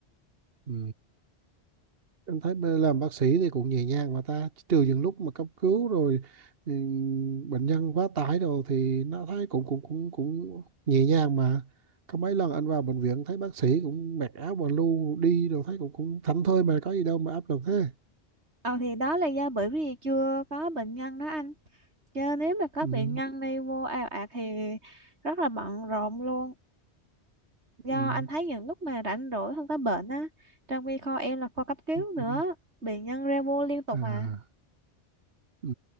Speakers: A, on the right (about 60°); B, on the right (about 85°).
A: Ừ. Anh thấy bê- làm bác sĩ thì cũng nhẹ nhàng mà ta trừ những lúc mà cấp cứu rồi ừ, bệnh nhân quá tải rồi thì nó thấy cũng cũng cũng cũng nhẹ nhàng mà có mấy lần anh vào bệnh viện thấy bác sĩ cũng mặc áo và lu đi rồi thấy cũng cũng thảnh thơi mà có gì đâu mà áp lực thế
B: Ờ thì đó là do bởi vì chưa có bệnh nhân đó anh. Chứ nếu mà có
A: ừ.
B: bệnh nhân đi vô ào ạt thì rất là bận rộn luôn. do
A: Ừ.
B: anh thấy những lúc mà rảnh rỗi không có bệnh á trong khi kho em là kho cấp cứu
A: Ừ.
B: nữa
A: ừ.
B: bệnh nhân ra vô liên tục
A: À.
B: à
A: Ừ.